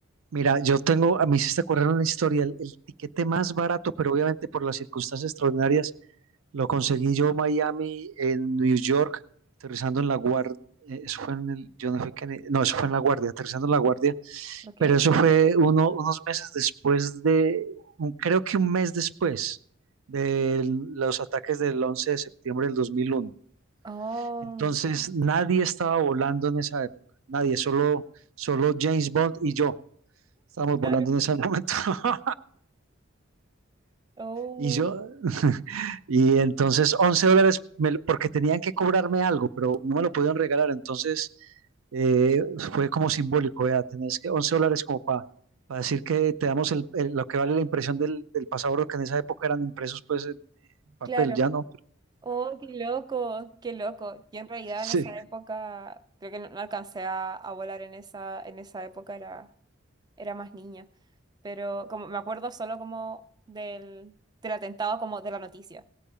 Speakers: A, on the right; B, on the right.
A: Mira, yo tengo, a mí sí se correr una historia, el, el tiquete más barato, pero obviamente por las circunstancias extraordinarias, lo conseguí yo en Miami, en New York, aterrizando en la guardia, eh, eso fue en el, yo no fue que, en- no, eso fue en la guardia, aterrizando en la guardia,
B: ¿Ok?
A: pero eso fue uno, unos meses después de, un- creo que un mes después de los ataques del 11 de septiembre del 2001.
B: Oh,
A: Entonces nadie estaba volando en esa época, nadie, solo, solo James Bond y yo estábamos volando
B: claro.
A: en ese momento. <laughs>
B: Oh,
A: Y yo, <laughs> y entonces 11 dólares, me- porque tenían que cobrarme algo, pero no me lo podían regalar, entonces eh, fue como simbólico, vea, tenés que 11 dólares como para decir que te damos el- el- lo que vale la impresión del, del pasaporte, que en esa época eran impresos pues en papel,
B: claro.
A: ya no.
B: Oh, qué loco, qué loco. Yo en realidad
A: Sí.
B: en esa época, creo que no, no alcancé a, a volar en esa, en esa época, era, era más niña. Pero como me acuerdo solo como del, del atentado, como de la noticia.